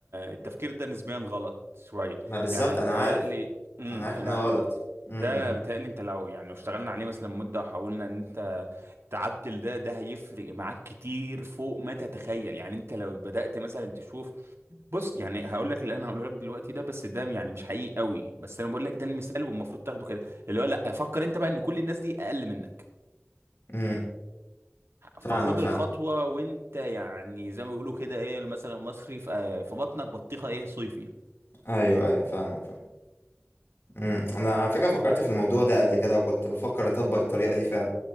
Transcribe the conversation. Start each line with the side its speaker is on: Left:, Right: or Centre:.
Right: التفكير ده نسبيا غلط شويه
Left: ما بالظبط
Right: يعني بيتهيألي
Left: انا عارف
Right: امم
Left: انا عارف
Right: لا
Left: ان هو غلط امم
Right: ده بيتهيألي انت لو يعني لو اشتغلنا عليه مثلا مده وحاولنا ان انت تعدل ده ده هيفرق معاك كتير فوق ما تتخيل يعني انت لو بدأت مثلا تشوف بص يعني هقول لك اللي انا هقوله لك دلوقتي ده بس ده يعني مش حقيقي قوي بس انا بقول لك ده المثال والمفروض تاخده كده اللي هو لا فكر انت بقى ان كل الناس دي اقل منك
Left: امم فاهمك
Right: فخد
Left: فاهم
Right: الخطوه وانت يعني زي ما بيقولوا كده ايه المثل المصري في في بطنك بطيخه ايه صيفي
Left: ايوه ايوه فاهمك فاهم امم انا على فكره فكرت في الموضوع ده قبل كده وكنت بفكر اطبق الطريقه دي فعلا